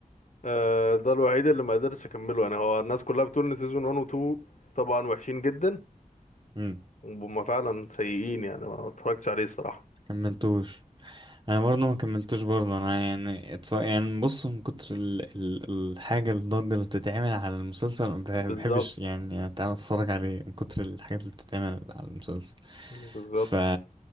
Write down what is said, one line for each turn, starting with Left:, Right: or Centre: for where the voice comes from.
Left: آه ده الوحيد اللي ما قدرتش اكمله انا هو الناس كلها بتقول ان سيزون 1 و 2 طبعا وحشين جدا
Right: امم
Left: وهم فعلا سيئين يعني ما اتفرجتش عليه الصراحه
Right: كملتوش انا برضه ما كملتوش برضه انا يعني اتف... يعني بص من كتر ال... ال... الحاجه الضجه اللي بتتعمل على المسلسل ما بح-
Left: بالظبط
Right: بحبش يعني تعالى اتفرج عليه من كتر الحاجات اللي بتتعمل على المسلسل
Left: بالظبط
Right: ف